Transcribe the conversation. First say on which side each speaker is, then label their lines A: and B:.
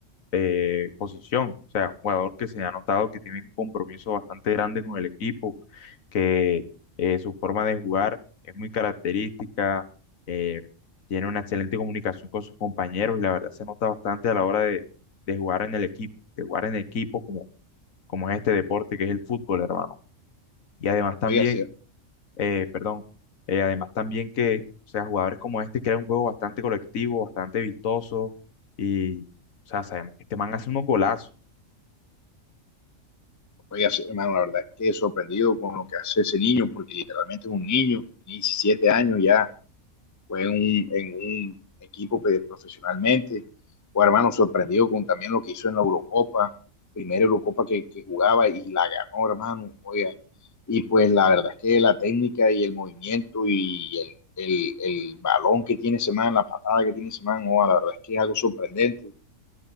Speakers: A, on the left; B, on the left.
A: eh, posición. O sea, un jugador que se ha notado que tiene un compromiso bastante grande con el equipo, que eh, su forma de jugar es muy característica. eh, tiene una excelente comunicación con sus compañeros y la verdad se nota bastante a la hora de, de jugar en el equipo, de jugar en equipo como, como es este deporte que es el fútbol, hermano. Y además también,
B: Oiga, sí,
A: eh, perdón, eh, además también que, o sea, jugadores como este crean un juego bastante colectivo, bastante vistoso y, o sea, sabemos que este man hace unos golazos.
B: oiga, sí, hermano, la verdad es que sorprendido con lo que hace ese niño, porque literalmente es un niño, 17 años ya, fue un, en un equipo pues, profesionalmente. Guarmano sorprendido con también lo que hizo en la Eurocopa, primera Eurocopa que, que jugaba y la ganó, hermano, oiga. Y pues la verdad es que la técnica y el movimiento y el, el, el balón que tiene ese man, la patada que tiene ese man, oh, la verdad es que es algo sorprendente.